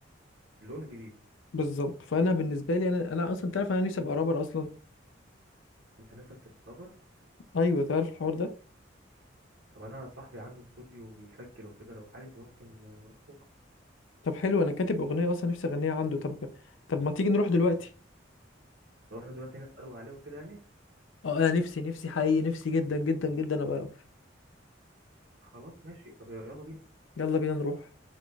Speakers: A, on the right (about 80°); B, on the left (about 85°).
A: لون جديد
B: بالظبط فانا بالنسبه لي انا انا اصلا تعرف انا نفسي ابقى رابر اصلا
A: انت نفسك تبقى رابر
B: ايوه تعرف الحوار ده
A: طب انا صاحبي عنده استوديو بيسجل وكده لو عايز ممكن نروح بكره
B: طب حلو انا كاتب اغنيه اصلا نفسي اغنيها عنده طب طب ما تيجي نروح دلوقتي
A: نروح له دلوقتي نساله عليه وكده يعني
B: اه انا نفسي نفسي حقيقي نفسي جدا جدا جدا ابقى رابر
A: خلاص ماشي طب يلا بينا
B: يلا بينا نروح